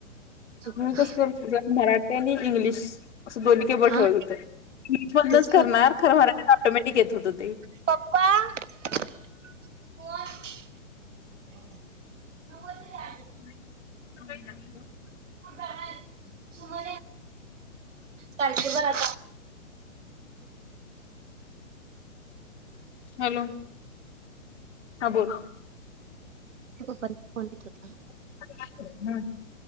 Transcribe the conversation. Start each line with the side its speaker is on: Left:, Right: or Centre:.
Right: चुकता.
Left: मी कसं करतो मराठी आणि इंग्लिश. असं दोन केे ब
Right: हा
Left: ठवत होतं मीच
Right: तेच
Left: करणार
Right: प्रॉब्लेम
Left: खरं होणार ऑटोमॅटिक येत होत ते.
Right: पप्पां फॉन. <unintelligible>
Left: <unintelligible>
Right: <unintelligible> हॅलो.
Left: हॅलो. हा बोल
Right: पप्पांचा फोन येत होता
Left: हम्म.